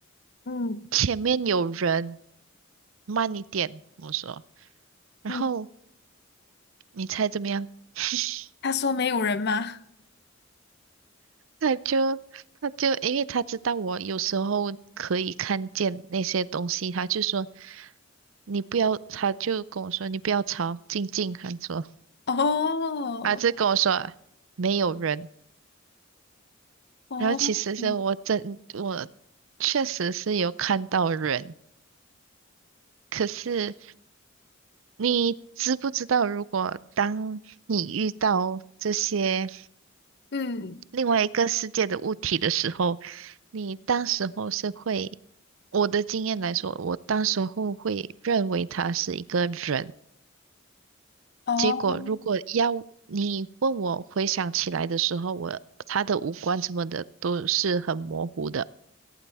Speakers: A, on the left; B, on the right.
A: 嗯
B: 前面有人，慢一点，我说。然后
A: 嗯，
B: 你猜怎么样？<laughs>
A: 他说没有人吗？
B: 他就他就因为他知道我有时候可以看见那些东西，他就说你不要，他就跟我说你不要吵，静静，他说
A: <laughs> 哦
B: 他就跟我说没有人。
A: 哦，
B: 然后其实是我真我
A: 嗯
B: 确实是有看到人，可是你知不知道，如果当你遇到这些。
A: 嗯
B: 另外一个世界的物体的时候，你当时候是会，我的经验来说，我当时候会认为他是一个人。
A: 哦
B: 结果如果要你问我回想起来的时候，我他的五官什么的都是很模糊的。